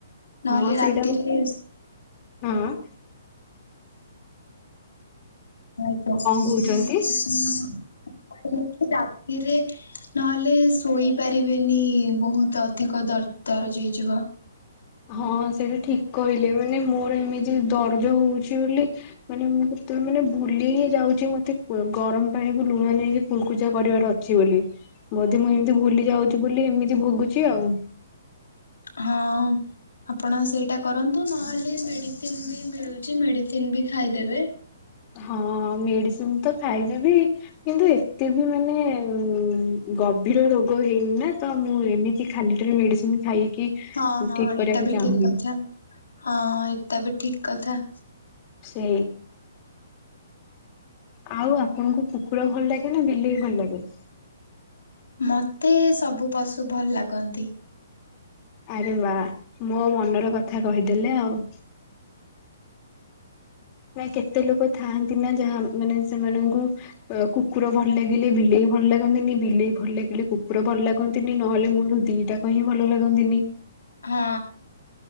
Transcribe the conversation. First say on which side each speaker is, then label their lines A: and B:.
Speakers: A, on the left (about 85°); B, on the left (about 35°).
A: ନହେଲେ
B: ହଁ
A: ରାତିରେ
B: ସେଇଟା ହଁ କଣ
A: ଆଜ୍ଞା ମୁଁ
B: କହୁଛନ୍ତି?
A: କହିଲି କି ରାତିରେ ନହେଲେ ଶୋଇ ପାରିବେନି ବହୁତ ଅଧିକ ଦର-ଦରଜ ହେଇଯିବ।
B: ହଁ ସେଇଟା ଠିକ୍ କହିଲେ ମାନେ ମୋର ଏମିତି ଦର୍ଜ ହୋଉଚି ବୋଲି ମାନେ ମୁଁ କେତେବେଳେ ମାନେ ଭୁଲିି ହିଁ ଯାଉଚି ମତେ ଗରମ ପାଣିକୁ ଲୁଣ ନେଇକି କୁଳକୁଜା କରିବାର ଅ ଛି ବୋଲି ବୋଧେ ମୁଁ ଏମିତି ଭୁଲି ଯାଉଚି ବୋଲି ଏମିତି ଭୋଗୁଚି ଆଉ।
A: ହଁ। ଆପଣ ସେଇଟା କରନ୍ତୁ ନହେଲେ ମେଡିସିନ ବି ମିଳୁଚି ମେଡିସିନ ବି ଖାଇଦେବେ।
B: ହଁ ମେଡିସିନ ତ ଖାଇନେବି। କିନ୍ତୁ ଏତେ ବି ମାନେ ଉ ଗଭୀର ରୋଗ ହେଇନିନା ତ ମୁଁ ଏମିତି କି ଖାଲି ଟାରେ ମେଡିସିନ ଖାଇକି
A: ହଁ ହଁ
B: ଠିକ
A: ଏଟା
B: କରିବାକୁ
A: ବି
B: ଚାହୁଁନି।
A: ଠିକ୍ କଥା, ହଁ ଏଟା ବି ଠିକ କଥା।
B: ସେ। ଆଉ ଆପଣଙ୍କୁ କୁକୁର ଭଲ ଲାଗେ ନା ବିଲେଇ ଭଲ ଲାଗେ?
A: ମତେ ସବୁ ପଶୁ ଭଲ ଲାଗନ୍ତି।
B: ଆରେ ବା ମୋ ମନର କଥା କହିଦେଲେ ଆଉ ମ କେତେ ଲୋକ ଥାଆନ୍ତି ନା ଯାହା ମାନେ ସେମାନଙ୍କୁ କୁକୁର ଭଲ ଲାଗିଲେ ବିଲେଇ ଭଲ ଲାଗନ୍ତିନି ବିଲେଇ ଭଲ ଲାଗିଲେ କୁକୁର ଭଲ ଲାଗ ନ୍ତିନି ନହେଲେ ମୂଳରୁ ଦିଟା କ ହିଁ ଭଲ ଲାଗନ୍ତିନି।
A: ହଁ,